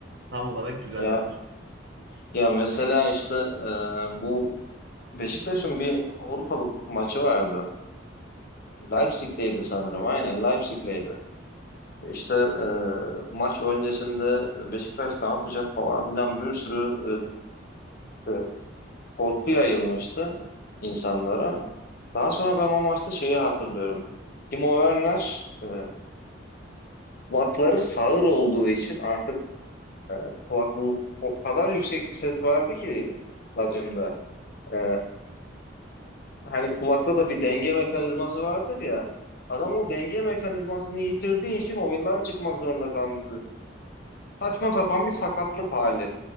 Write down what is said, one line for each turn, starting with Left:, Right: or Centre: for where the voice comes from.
Right: Tam olarak güzel
Left: Ya,
Right: bence.
Left: ya mesela işte e, bu Beşiktaş'ın bir Avrupa maçı vardı. Leipzig'teydi sanırım. Aynen Leipzig'teydi. İşte e, maç öncesinde Beşiktaş ne yapacak falan filan bir sürü e, e, korku yayılmıştı insanlara. Daha sonra ben o maçta şeyi hatırlıyorum. Timo Werner e, kulakları sağır olduğu için artık e, kulak o kadar yüksek bir ses vardı ki stadyumda. E, hani kulakta da bir denge mekanizması vardır ya. Adam o denge mekanizmasını yitirdiği için oyundan çıkmak zorunda kalmıştı. saçma sapan bir sakatlık hali.